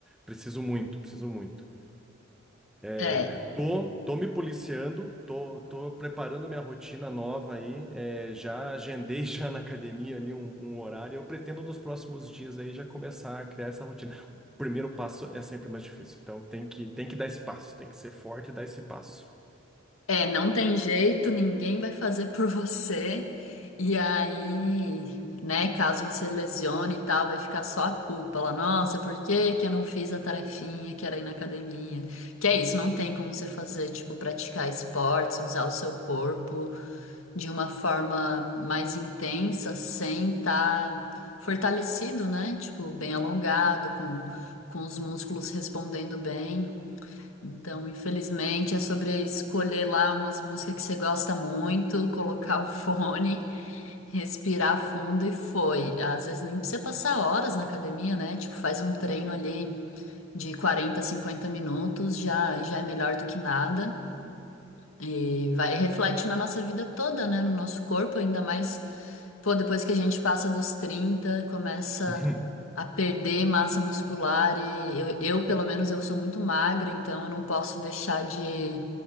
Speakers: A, in the centre; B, on the left.
A: Preciso muito, preciso muito.
B: É,
A: É, tô, tô me policiando, tô, tô preparando minha rotina nova aí, é, já agendei <laughs> já na academia ali um, um horário, eu pretendo nos próximos dias aí já começar a criar essa rotina. O primeiro passo é sempre mais difícil, então tem que, tem que dar esse passo, tem que ser forte e dar esse passo.
B: é, não tem jeito, ninguém vai fazer por você. E aí, né, caso você lesione e tal, vai ficar só a culpa lá. Nossa, por que que eu não fiz a tarefinha que era ir na academia? Que é isso, não tem como você fazer, tipo, praticar esportes, usar o seu corpo de uma forma mais intensa sem estar fortalecido, né? Tipo, bem alongado, com, com os músculos respondendo bem. Então, infelizmente, é sobre escolher lá umas músicas que você gosta muito, colocar o fone, <laughs> respirar fundo e foi. Às vezes nem precisa passar horas na academia, né? Tipo, faz um treino ali de quarenta cinquenta minutos, já, já é melhor do que nada. E vai, reflete na nossa vida toda, né? No nosso corpo, ainda mais, pô, depois que a gente passa dos 30 começa
A: <laughs>
B: a perder massa muscular e eu, eu, pelo menos, eu sou muito magra, então eu não posso deixar de,